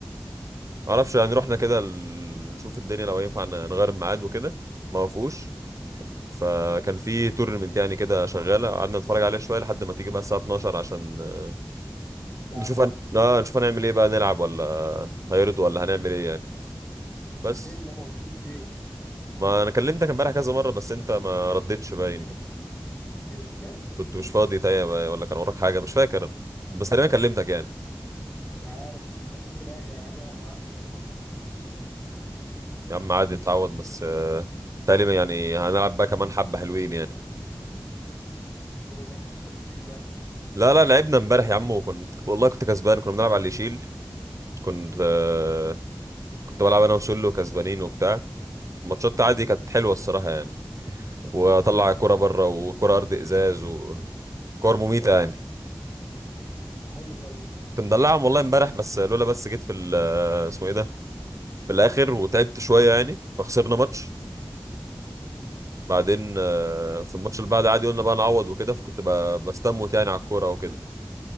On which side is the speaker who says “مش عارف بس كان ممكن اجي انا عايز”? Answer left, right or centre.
Left